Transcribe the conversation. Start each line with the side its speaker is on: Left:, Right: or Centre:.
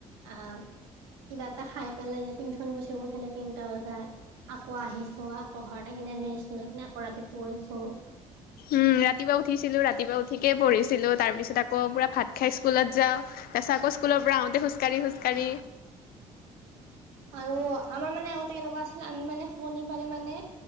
Right: আহ <unintelligible> কিবা এটা খাই পেলাই যে টিউশচন গুচি গৈছিলে তিনটা বজাত আকৌ আহিছো, আকৌ ঘৰত আহি ৰেষ্ট লৈ <unintelligible> পঢ়িছো।
Left: উম ৰাতিপুৱা উঠিছিলো ৰা ৰাতিপা উঠিকে পঢ়িছিলো। তাৰপিছত আকৌ পূৰা ভাত খাই স্কুল যাওঁ। তাৰপাছত আকৌ স্কুলৰ পৰাওঁতে খোজ কাঢ়ি খোজ কাঢ়ি -
Right: আৰু আমাৰ মানে আগতে কেনেকুৱা আছিল আমি মানে শনিবাৰে মানে